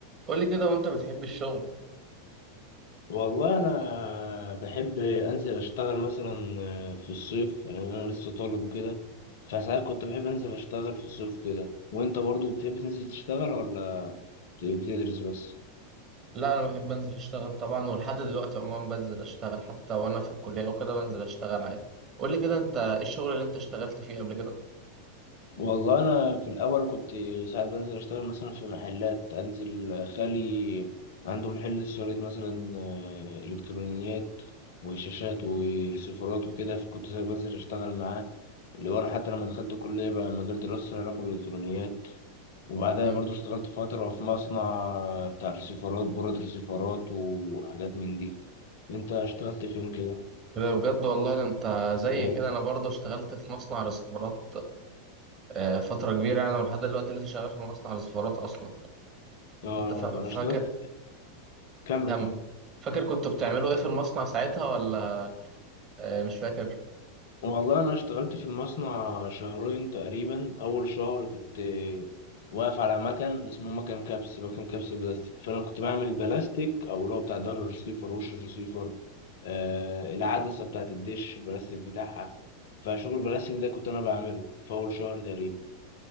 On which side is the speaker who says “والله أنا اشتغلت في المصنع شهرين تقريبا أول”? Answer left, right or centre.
Left